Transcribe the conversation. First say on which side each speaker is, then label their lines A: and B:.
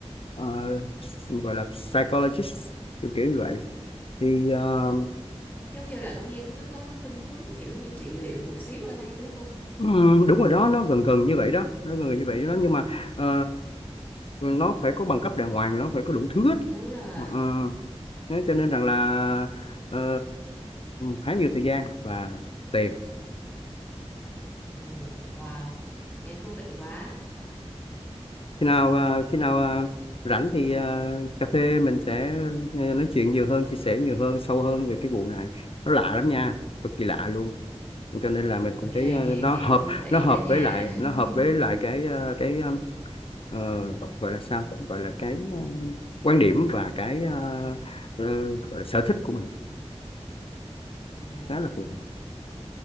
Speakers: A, on the left (about 55°); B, on the left (about 15°).
A: ờ, gọi là psychologist kiểu kiểu như vậy thì ờ,
B: giống như là nó nghe nó có khuynh hướng kiểu như trị liệu một xíu ở đây đúng không
A: Ừ, đúng rồi đó nó gần gần như vậy đó nó gần gần như vậy đó nhưng mà ờ, nó phải có bằng cấp đàng hoàng nó phải có đủ thứ hết
B: đúng rồi
A: Ờ, ờ, thế cho nên rằng là ờ, khá nhiều thời gian và tiền
B: ừ. wow nghe thú vị quá
A: khi nào ờ, khi nào ờ, rảnh thì ờ, cà phê mình sẽ ờ, nói chuyện nhiều hơn chia sẻ nhiều hơn sâu hơn về cái vụ này nó lạ lắm nha cực kỳ lạ luôn cho nên là mình cũng
B: ok
A: thấy ờ,
B: nghe
A: nó
B: nghe
A: hợp
B: thú vị
A: nó hợp
B: đó nha
A: với lại nó
B: <laughs>
A: hợp với lại cái ờ, cái ờ, ờ, gọi là sao gọi là cái ờ, quan điểm và cái ờ, ờ, gọi là sở thích của mình
B: Ồ,
A: khá là phù hợp